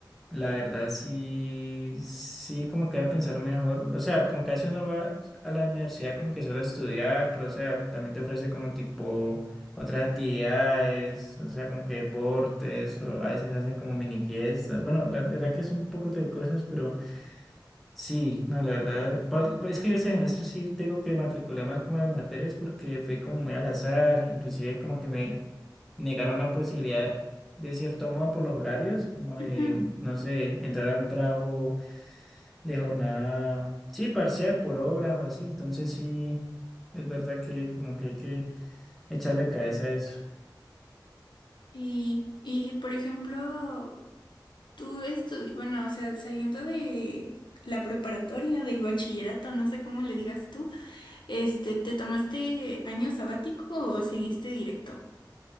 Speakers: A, in the centre; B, on the left.
A: la verdad sí, sí como que voy a pensar mejor, o sea, como que a veces uno va a la universidad como que solo a estudiar, pero o sea, también te ofrece como tipo otras actividades, o sea, como que deportes, o a veces hacen como mini fiestas, bueno, la verdad que es un poco de cosas, pero... Sí, no, la verdad, pa- pa- es que ese semestre sí tengo que matriculé mal como las materias porque fue como muy al azar, inclusive como que me negaron la posibilidad de cierto modo por los horarios, como de,
B: ujú.
A: no sé, entrar a un trabajo de jornada, sí, parcial por horas o así, entonces sí, es verdad que como que hay que echarle cabeza a eso.
B: Y, y por ejemplo, tú estudi, bueno, o sea, saliendo de la preparatoria, del bachillerato, no sé cómo le digas tú. Este, ¿te tomaste año sabático o seguiste directo?